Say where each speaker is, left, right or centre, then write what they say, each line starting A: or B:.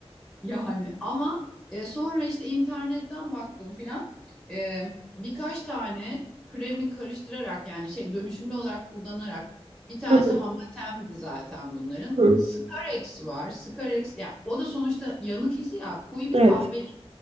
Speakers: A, in the centre; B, on the right.
A: Yani ama e, sonra işte internetten baktım filan. E, birkaç tane kremi karıştırarak yani şey dönüşümlü olarak kullanarak bir tanesi
B: Hı
A: Hamatem'di zaten bunların.
B: hı.
A: Scarex var. Scarex ya o da sonuçta yanık izi ya koyu bir
B: Evet.
A: kahverengi.